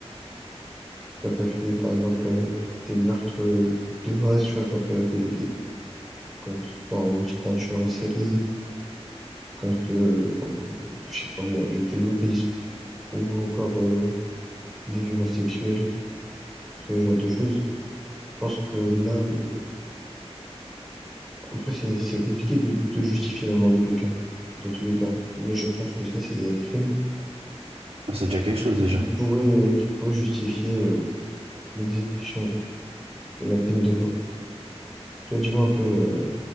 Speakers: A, in the centre; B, on the right.
A: c'est quand t'as fait, par exemple, euh, des meurtres euh, de masse, tu vois, quand t'as fait des, quand, enfin, on dit que t'as tué en série, quand, euh, enfin, pour, je sais pas moi, du terrorisme, ou encore euh, des violences sexuelles, ce genre de choses. Je pense que là, euh, Après, c'est c'est compliqué de, de justifier la mort de quelqu'un, dans tous les cas. Mais je pense que ça, c'est des crimes
B: Ouais, C'est déjà quelque chose déjà.
A: qui pourraient, qui pourraient justifier euh, l'exécution et la peine de mort. Toi, dis-moi un peu euh,